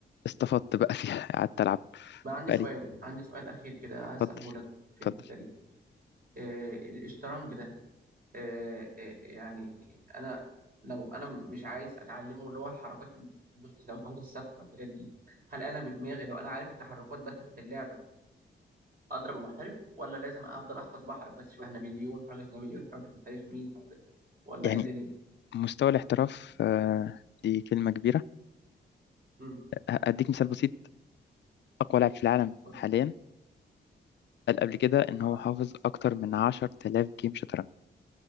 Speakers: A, on the left; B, on the right.
A: استفدت بقى فيها <laughs> قعدت العب
B: بقى عندي
A: بقالي
B: سؤال عندي سؤال أخير كده عايز أسأله
A: اتفضل
B: لك في
A: اتفضل
B: الحتة دي آه الشطرنج ده آه آه يعني أنا لو أنا مش عايز أتعلمه اللي هو الحركات الحركات الثابتة والحاجات دي هل أنا بدماغي لو أنا عارف التحركات بس في اللعبة اضرب محترف ولا لازم افضل احفظ بقى حركات شبه نابليون حركه نابليون حركه مش عارف مين حركه ولا
A: يعني
B: ايه الدنيا
A: مستوى الاحتراف آه، دي كلمة كبيرة
B: امم
A: أديك مثال بسيط أقوى لاعب في العالم
B: قول
A: حاليا
B: لي.
A: قال قبل كده إن
B: اه
A: هو حافظ أكتر من 10000 جيم شطرنج